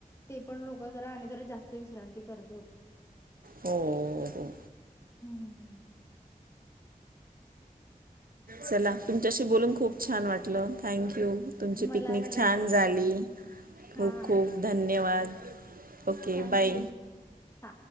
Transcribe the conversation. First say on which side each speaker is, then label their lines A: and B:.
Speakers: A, on the left; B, on the right.
A: ते पण लोक जरा आणि जरा जास्त विश्रांती करत होते.
B: हो. हो
A: हम्म हम्म!
B: चला तुमच्याशी बोलून खूप छान वाटलं. थँक्यू तुमची
A: मलाही
B: पिकनिक छान झाली,
A: हा
B: खूप खूप धन्यवाद. सके!
A: Thank
B: bye.
A: यू हा